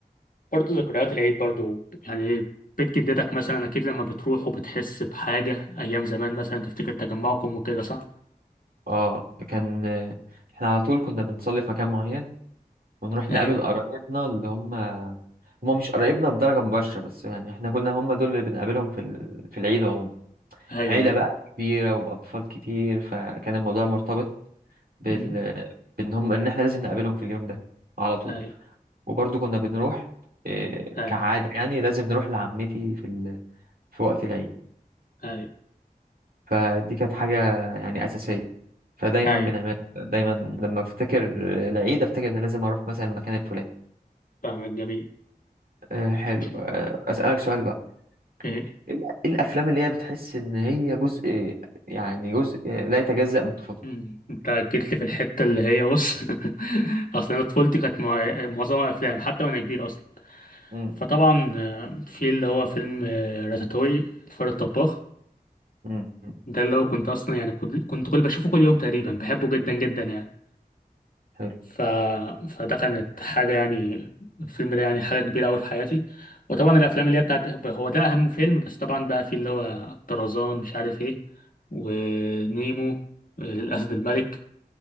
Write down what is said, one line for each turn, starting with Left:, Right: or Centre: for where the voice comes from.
Left: برضه ذكريات العيد برضه يعني بيت جدتك مثلا اكيد لما بتروح وبتحس بحاجه ايام زمان مثلا تفتكر تجمعكم وكده صح
Right: اه كان احنا على طول كنا بنصلي في مكان معين ونروح نقابل
Left: ايوه
Right: قرايبنا اللي هم هم مش قرايبنا بدرجة مباشرة بس يعني احنا كنا هم دول اللي بنقابلهم في ال... في العيد عموما
Left: ايوه
Right: عيلة
Left: ايوه
Right: بقى كبيرة وأطفال كتير فكان الموضوع مرتبط بال
Left: أمم.
Right: بإن هم إن احنا لازم نقابلهم في اليوم ده على طول
Left: ايوه
Right: وبرضه كنا بنروح إيه،
Left: ايوه
Right: كعادة يعني لازم نروح لعمتي في ال... في وقت العيد
Left: ايوه
Right: فدي كانت حاجة يعني أساسية فدايما
Left: ايوه
Right: بنعمل دايما لما افتكر العيد افتكر ان لازم اروح مثلا المكان الفلاني
Left: فاهمك جميل
Right: أه حلو
Left: <clears throat>
Right: أه اسألك سؤال بقى
Left: ايه
Right: ايه الافلام اللي هي بتحس ان هي جزء يعني جزء لا يتجزأ من طفولتك
Left: أمم. انت جيت لي في الحته اللي هي بص <laughs> اصل انا طفولتي كانت مع- معظمها افلام حتى وانا كبير اصلا
Right: مم،
Left: فطبعا آه، في اللي هو فيلم آه، راتاتوي الفار الطباخ
Right: مم، مم،
Left: ده اللي هو كنت اصلا يعني كل- كنت كل بشوفه كل يوم تقريبا بحبه جدا جدا يعني
Right: حلو
Left: ف... فده كانت حاجة يعني الفيلم ده يعني حاجة كبيرة أوي في حياتي وطبعا الأفلام اللي هي بتاعت هو ده أهم فيلم بس طبعا بقى في اللي هو طرزان مش عارف إيه ونيمو الأسد الملك